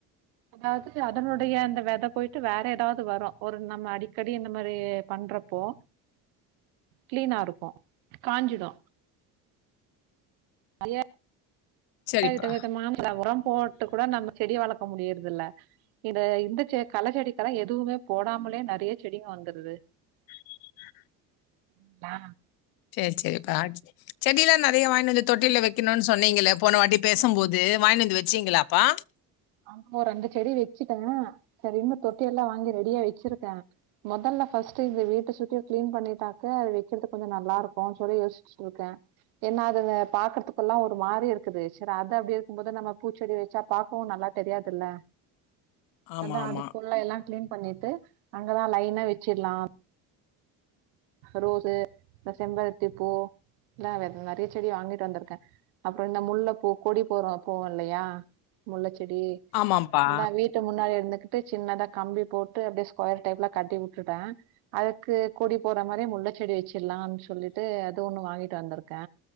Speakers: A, on the right; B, on the left.
A: அதாவது அதனுடைய அந்த வெத போய்ட்டு வேற எதாவது வரு ஒரு நம்ம அடிக்கடி இந்த மாரி பண்ற போ க்ளீனாருக்கு காஞ்சிடு அலிய
B: சரிப்பா.
A: <unintelligible> வித விதமா <inaudible> உரம் போட்டு கூட நம்ம செடிய வளக் க்க முடியறதுல்ல இது இந்தச்செ கல செடிக்கல்லா எதுவுமே போடாமலே நறைய செடிங்க வந்துருது
B: <inaudible>
A: ம்மா
B: சேரி சேரிப்பா செடிலா நறைய வாய்னந்து தொட்டில வெக்கணுன் சொன்னீங்கலே போன வாட்டி பேசம்போது வாய்னந்து வெச்சீங்களாப்பா
A: ஆமா ரெண்டு செடி வெச்சுட்ட சரி இன்னு தொட்டியல்லா வாங்கி ரெடியா வெச்சிருக்க மொதல்ல ஃபர்ஸ்ட்டு இந்த வீட்ட சுத்தியு க்ளீன் பண்ணீட்டாக்க அத வெக்கிறது கொஞ்சொ நல்லாருக்குனு சொல்லி யோசிச்சுட்ருக்க என்னா அத பாக்குறதுக்குல்லா ஒரு மாரி இருக்குது சர் அது அப்டி இருக்கும்போது நம்ம பூச்செடி வெச்சா பாக்கவு நல்லார்க் தெரியாதுல்ல
B: ஆமா,
A: அதா
B: ஆமா.
A: அது புல்ல எல்லா க்ளீன் பண்ணிட்டு அங்கதா லைனா வெச்சிட்லா ரோசு இந்த செம்பருத்தி பூ எலா வெத நறைய செடி வாங்கிட்டு வந்துருக் க்க அப்ற இந்த முள்ள பூ கொடி போறோ போவோல்லையா முள்ளச்செடி
B: ஆமாம்ப்பா.
A: அதா வீட்டு முன்னாடி இருந்துக் ட்டு சின்னதா கம்பி போட்டு அப்டியே ஸ்கொயர் டைப்ல கட்டி வுட்டுட்ட அதுக்கு கொடி போற மாரி முள்ளச்செடி வெச்சில்லாம் சொல்லிட்டு அது ஒண்ணு வாங்கிட்டு வந்திருக்க